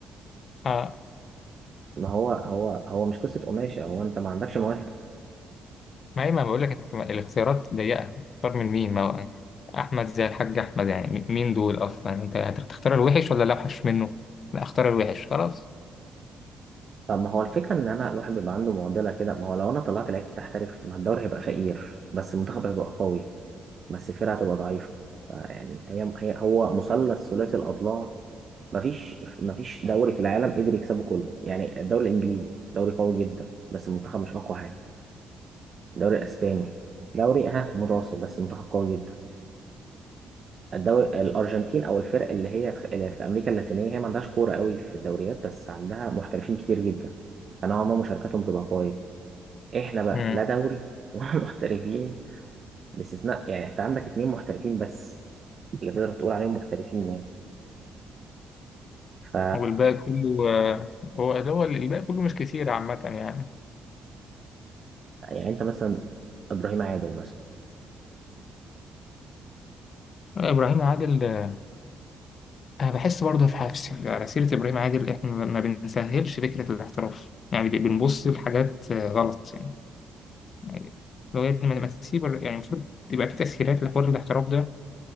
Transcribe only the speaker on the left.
آه،
ما هي ما بقول لك انت ما- الاختيارات ضيقه اختار من مين ما هو احمد زي الحاج احمد يعني م- مين دول اصلا انت هتختار الوحش ولا الاوحش منه لا اختار الوحش خلاص
امم
والباقي كله آه، هو اللي هو الباقي كله مش كتير عامه يعني
ابراهيم عادل آه، انا بحس برضه في حفص على سيره ابراهيم عادل احنا ما ما بنسهلش فكره الاحتراف يعني ب- بنبص لحاجات آه، غلط يعني يعني لو يا ابني ما ما تسيب الر- يعني المفروض تبقى في تسهيلات لحوار الاحتراف ده